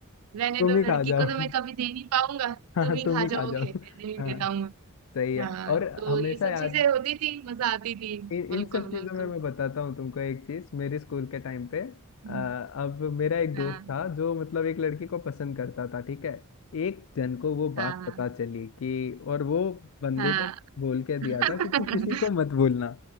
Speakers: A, on the right; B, on the left.
A: रहने
B: तुम
A: दो
B: ही
A: लड़की
B: खा जाओ
A: को तो मैं
B: <laughs>
A: कभी दे नहीं पाऊंगा
B: हाँ
A: तुम ही
B: तुम
A: खा
B: ही खा
A: जाओगे
B: जाओ
A: रहने नहीं
B: हाँ
A: देता हूँ मैं।
B: सही है
A: हाँ
B: और
A: तो
B: हमेशा
A: ये सब
B: याद
A: चीजें होती थी मजा आती थी
B: इन
A: बिल्कुल
B: इन सब चीजों
A: बिल्कुल
B: में मैं बताता हूँ तुमको एक चीज मेरे स्कूल के टाइम पे अ,
A: हम्म,
B: अब मेरा एक दोस्त
A: हाँ
B: था जो मतलब एक लड़की को पसंद करता था ठीक है एक जन को वो बात
A: हाँ
B: पता चली कि और वो बंदे
A: हाँ
B: ने बोल के दिया
A: <laughs>
B: था कि तू किसी को मत बोलना